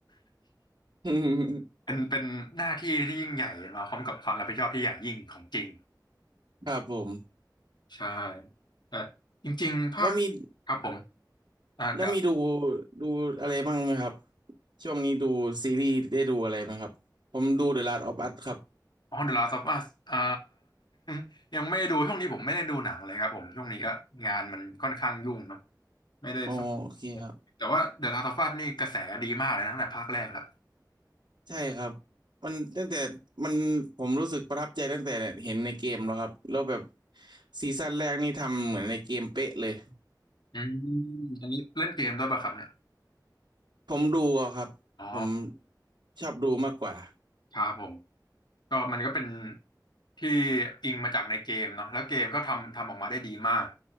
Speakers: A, on the right (about 80°); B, on the left (about 75°).
A: <laughs>
B: เป็นเป็นหน้าที่ที่ยิ่งใหญ่มาพร้อมกับความรับผิดชอบที่ใหญ่ยิ่งของจริง
A: ครับผม
B: ใช่แต่จริงๆภาค
A: แล้วมี
B: ครับผมอ่าเดี๋
A: แล้วมีดูดูอะไรบ้างไหมครับช่วงนี้ดูซีรีส์ได้ดูอะไรไหมครับผมดู The Last of Us ครับ
B: อ๋อ The Last of Us อ่า <laughs> ยังไม่ได้ดูช่วงนี้ผมไม่ได้ดูหนังเลยครับผมช่วงนี้ก็งานมันค่อนข้างยุ่งเนาะไม่ได้สม
A: อ๋อโอเคครับ
B: แต่ว่า The Last of Us นี่กระแสดีมากเลยนะตั้งแต่ภาคแรกละ
A: ใช่ครับมันตั้งแต่มันผมรู้สึกประทับใจตั้งแต่เห็นในเกมแล้วครับแล้วแบบซีซั่นแรกนี่ทำเหมือนในเกมเป๊ะเลย
B: อืมอันนี้เล่นเกมด้วยป่ะครับเนี่ย
A: ผมดูอะครับผม
B: อ๋อ
A: ชอบดูมากกว่า
B: ครับผม ก็มันก็เป็นที่อิงมาจากในเกมเนาะแล้วเกมก็ทำทำออกมาได้ดีมาก